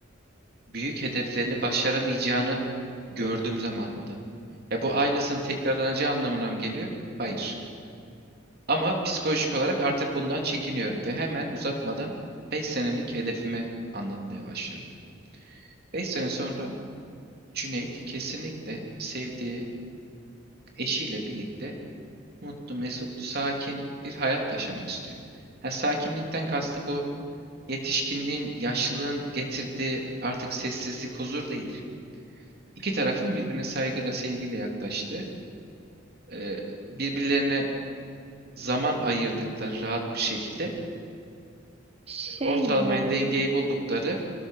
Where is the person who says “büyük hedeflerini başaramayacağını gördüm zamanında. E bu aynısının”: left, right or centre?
Right